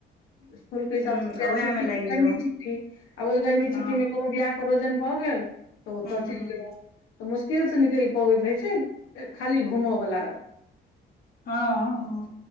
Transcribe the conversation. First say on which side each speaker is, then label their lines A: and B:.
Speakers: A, on the left (about 85°); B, on the left (about 50°).
A: स्कुल के
B: हूँ
A: हिसाब से
B: उएह
A: छुट्टी
B: मे लागि
A: छै गर्मी
B: जाउ
A: छुट्टी आ ओहि गर्मी
B: हँ
A: छुट्टी कोनो बियाह परयोजन भऽ गेल
B: हूँ
A: ओतय चलि
B: हूँ
A: गेलहुँ तऽ मुश्किलसँ निकलि पबैत रहै छै खाली घूमयवला
B: हँ हँ